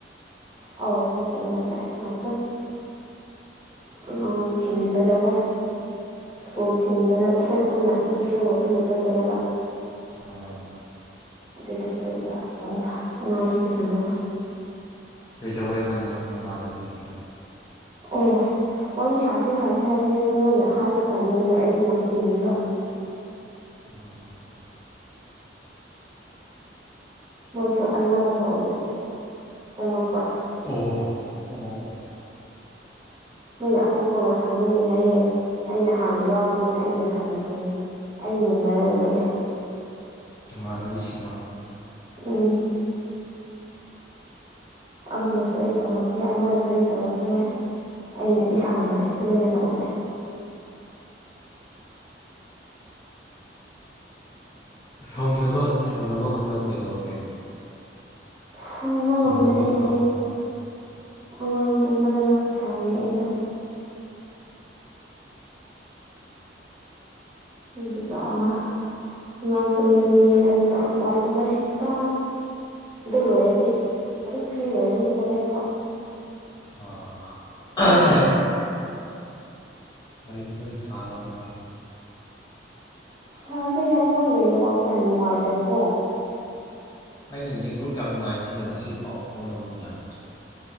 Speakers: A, on the right (about 25°); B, on the left (about 20°).
A: ꯑꯧ ꯆꯠꯄꯅꯤ ꯉꯁꯥꯏ ꯉꯍꯥꯛꯇꯪ ꯎꯝ ꯊꯤꯟꯕꯗꯀꯣ ꯁ꯭ꯀꯨꯜ ꯊꯤꯟꯕꯗ ꯑꯩꯈꯣꯏ ꯄꯨꯟꯅ ꯏꯆꯦ ꯈꯣꯏꯒ ꯄꯨꯟꯅ ꯆꯠꯄꯅꯦꯕ
B: <unintelligible>
A: ꯑꯗꯨꯗ ꯕꯖꯥꯔ ꯆꯪꯕ ꯑꯉꯥꯡꯁꯨ ꯊꯤꯜꯂꯒ
B: ꯀꯩꯗꯧꯋꯦꯕꯅꯪ ꯅꯃꯥꯟꯅꯕꯤꯁꯤꯡꯗꯣ
A: ꯑꯣ ꯋꯥꯔꯤ ꯁꯥꯁꯦ ꯁꯥꯁꯦ ꯍꯥꯏꯕꯅꯦꯕ ꯃꯣꯏꯅ ꯍꯥꯏꯕ ꯇꯥꯏꯃꯤꯡꯗꯣ ꯑꯩꯗꯤ ꯌꯥꯝ ꯆꯤꯟꯕ
B: ꯎꯝ
A: ꯃꯣꯏꯁꯨ ꯑꯅꯧꯕ ꯑꯣꯏꯕꯅꯦ ꯆꯪꯉꯛꯄ
B: ꯑꯣ ꯑꯣ ꯑꯣ
A: ꯃꯣꯏꯅ ꯑꯇꯣꯞꯄꯒ ꯁꯥꯥꯟꯅꯤꯡꯗꯦ ꯍꯥꯏꯌꯦ ꯑꯩꯅ ꯍꯥꯟꯅ ꯌꯥꯎꯕꯅꯤꯅ ꯑꯩꯒ ꯁꯥꯟꯅꯒꯦꯌꯦ ꯑꯩ ꯃꯨꯟꯅꯔꯒ ꯂꯩꯔꯦ
B: ꯅꯃꯥꯟꯅꯕꯤꯁꯤꯡꯔꯣ
A: ꯎꯝ ꯑꯃꯅꯁꯨ ꯑꯩ ꯇꯧꯔꯛꯀꯦ ꯑꯃꯅꯁꯨ ꯑꯩ ꯇꯧꯔꯛꯀꯦ ꯑꯩꯅꯗꯤ ꯁꯪꯗ꯭ꯔꯦ ꯂꯣꯏꯅ ꯇꯧꯗ꯭ꯔꯦ
B: ꯁꯪꯅꯕ ꯁꯪꯅꯕ ꯍꯣꯠꯅꯧ ꯀꯩꯗꯧꯔꯒꯦ
A: ꯁꯪꯕ ꯉꯝꯗ꯭ꯔꯦꯅꯦ
B: ꯁꯪꯅꯕ ꯍꯣꯠꯅꯧ
A: ꯑꯉꯥꯡ ꯇꯨꯝꯕꯗ ꯉꯥꯛꯇ ꯁꯪꯉꯦ ꯑꯩꯗꯣ ꯑꯗꯨꯀꯥ ꯑꯥ ꯑꯉꯥꯡ ꯇꯨꯝꯃꯅꯤ ꯑꯃꯨꯛꯀ ꯋꯥꯏ ꯀꯨꯝꯕ ꯁꯤꯠꯄ ꯑꯗꯨ ꯂꯣꯏꯔꯗꯤ ꯑꯗꯨꯝ ꯐ꯭ꯔꯤ ꯑꯣꯏꯔꯅꯤ ꯍꯣꯔꯦꯟ ꯐꯥꯎ
B: <unintelligible> ꯋꯥꯔꯤ ꯐꯖꯅ ꯁꯥꯔꯣ ꯑꯗꯨꯗꯤ
A: ꯁꯥꯕ ꯌꯥꯏ ꯃꯣꯏꯒꯤ ꯅꯦꯠꯋꯥꯛꯇꯣ ꯌꯥꯝ ꯅꯨꯡꯉꯥꯏꯇꯕꯀꯣ
B: ꯍꯥꯏꯅꯦ ꯅꯦꯠꯋꯥꯛ ꯌꯥꯝ ꯅꯨꯡꯉꯥꯏꯇꯦꯅꯦ ꯉꯁꯤ ꯄꯥꯎ ꯐꯥꯎꯅꯕ ꯃꯌꯥꯝꯁꯦ